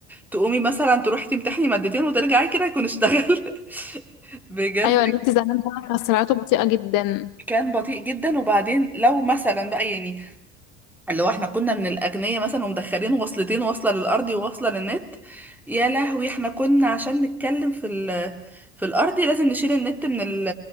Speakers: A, in the centre; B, on the left (about 55°).
A: تقومي مثلا تروحي تمتحني مادتين وترجعي كده يكون اشتغل <laughs> بجد
B: ايوه النت زمان بقى كان سرعته بطيئة جدا
A: كان بطيء جدا وبعدين لو مثلا بقى يعني اللي هو احنا كنا من الأغنياء مثلا ومدخلين وصلتين واصلة للأرضي وواصلة للنت يا لهوي احنا كنا عشان نتكلم في ال في الأرضي لازم نشيل النت من ال